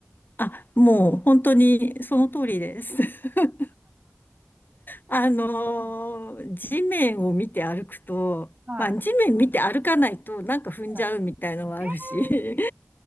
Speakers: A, on the left; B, on the right.
A: あ、もう本当にその通りです。<laughs> あのー地面を見て歩くと、
B: うんはい。
A: まあ地面見て歩かないとなんか踏んじゃうみたいのはあるし、
B: はい。えー、そ